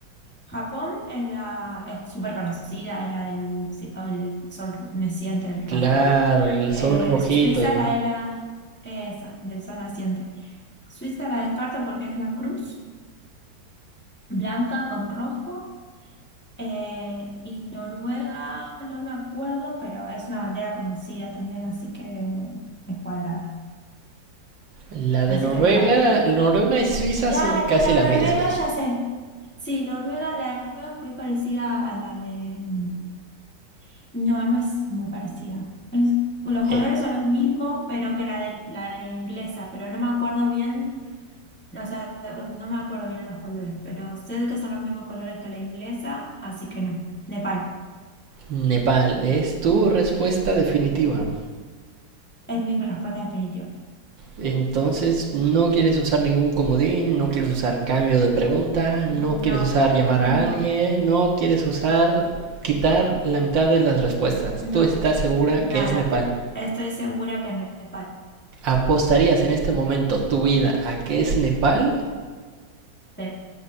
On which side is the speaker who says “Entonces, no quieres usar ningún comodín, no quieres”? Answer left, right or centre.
Right